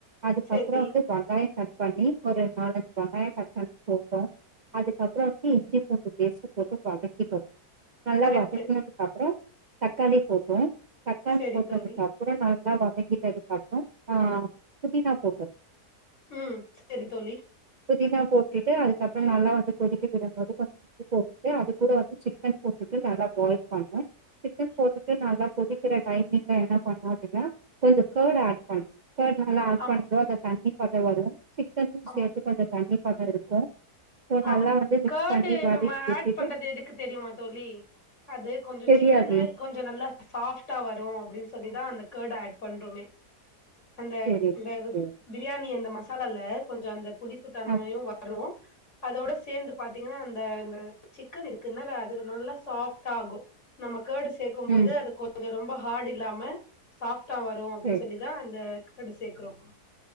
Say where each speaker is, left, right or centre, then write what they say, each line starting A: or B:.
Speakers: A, on the right (about 75°); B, on the left (about 45°).
A: அதுக்கப்புறோ
B: செரி
A: வந்து வங்காயோ கட் பண்ணி ஒரு நாலஞ்சு வெங்காயோ கட் பண்ணி போட்டோ அதுக்கப்புறோ வந்து இஞ்சி பூண்டு பேஸ்ட்ட போட்டு வதக்கிட்டோ நல்லா
B: கரெக்ட்டு
A: வதக்கி அப்றோ தக்காளி போட்டோ தக்காளி
B: செரி
A: போட்டதுக்கப்
B: தோழி
A: பறோ நல்லா வதக்கிட்டதுக்கப்பறோ ஆ புதினா போட்டோ
B: ம் சேரி தோழி
A: புதினா போட்டுட்டு அதுக்கப்புறோ நல்லா வந் து கொதிக்க விடும்போது கொஞ்சோ <inaudible> போட்டுட அது கூட வந்து சிக்கன் போட்டுட்டு நல்லா பாயில் பண்ணே சிக்கன் போட்டுட்டு நல்லா கொதிக்கிற டைமிங்ல என்னா பண்ணு அப்டின்னா கொஞ்சோ கர்டு ஆட் பண்ணு கர்ட் நல்லா ஆட்
B: ஆமா
A: பண் கர்டு தண்ணி பதோ வரு சிக்கன்
B: ஆமா
A: சேர்த்து <unintelligible> தண்ணி பதோ இருக்கு சோ
B: ஆமா
A: நல்லா வந்து மிக்ஸ்
B: கர்டு
A: பண்ணி வதக்கி
B: நம்ம
A: விட்டுட்டு
B: ஆட் பண்றது எதுக்கு தெரியுமா தோழி அது கொஞ்சோ
A: தெரியாதே
B: சிக்கன்னு கொஞ்சோ நல்லா சாஃப்ட்டா வரு அப்டினு சொல்லிதா அந்த கர்டு ஆட் பண்றொமே அந்த
A: செரி
B: அந்த
A: ஓகே
B: பிரியாணி அந்த மசாலால கொஞ்சோ அந்த புளிப்பு தன்மையு
A: அப்
B: வரு அதோட சேந்து பாத்தீங்கன்னா அந்த இந்த சிக்கன் இருக்குன்னல அதுல நல்லா சாஃப்டாகு நம்ம கர்டு சேக் கும்போது
A: ம்
B: அது கொஞ்சோ ரொம்ப ஹாடு இல்லாம சாப்ட்டா வரு அப்டினு
A: செரி
B: சொல்லிதா அந்த கர்டு சேக்குறோ